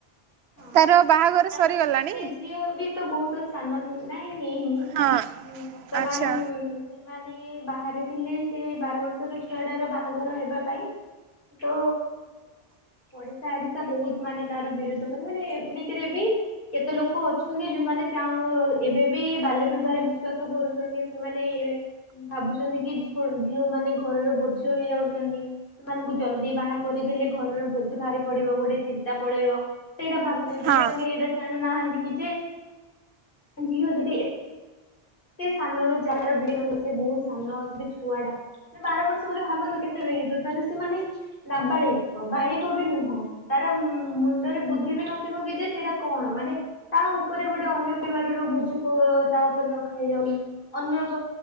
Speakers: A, on the left; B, on the right.
A: ହଁ
B: ତାର ବାହାଘର
A: ଆଉ
B: ସରିଗଲାଣି।
A: ସେ ଝିଅ ବି ତ ବହୁତ ସାନ ଥିବ ନାଇଁ ହେଇନି।
B: ହଁ
A: ବର୍ତ୍ତମାନ
B: ଆଚ୍ଛା
A: ସେମାନେ ବାହାରେଥିଲେ ସେ ବାର ବର୍ଷର ଛୁଆଟାର ବା ହେବା ପାଇଁ ତ ପଡିଶା ଓଡିଶା ବହୁତ ମାନେ ତାର ବିରୋଧ ସେମାନେ ଏମିତିରେ ବି କେତେ ଲୋକ ଅଛନ୍ତି ଯୋଉମାନେ ଚା ଏବେ ବି ବାଲ୍ୟ ବିବାହରେ ବିଶ୍ଵାସ କରୁଛନ୍ତି। ସେମାନେ ଭାବୁଛନ୍ତି କି ଝିଅ ମାନେ ଘରର ବୋଝ ହେଇଯାଉଛନ୍ତି। ସେମାନଙ୍କୁ ଜଲ୍ଦି ବାହା କରିଦେଲେ ଘରର ବୋଝ ବାହାରି ପଡିବ ଗୋଟେ ଚିନ୍ତା ପଳେଇବ। ସେଇଟା ଭାବୁଛନ୍ତି କିନ୍ତୁ
B: ହଁ
A: ତାଙ୍କେ ଏଇଟା ଜାଣୁନାହାନ୍ତି କି ଯେ ଝିଅ ଯଦି ଏତେ ସାନରୁ ଯାର ବହୁତ ସାନ ଆସିବ ଛୁଆଟା। ମ ବାର ବର୍ଷ ବୋଲି ଭାବନ୍ତୁ କେତେ ବେଗିବ ତାହେଲେ ସେମାନେ ନାବାଳିକ ବାଳିକ ବି ନୁହଁ ତାର ମୁଣ୍ଡରେ ବୁଦ୍ଧି ବି ନଥିବ କି ଯେ ସେଇଟା କଣ ମାନେ ତା ଉପରେ ଗୋଟେ ଅନ୍ୟ ପରିବାରର ବୋଝ ତା ଉପରେ ରଖା ହେଇଯାଉଛି। ଅନ୍ୟ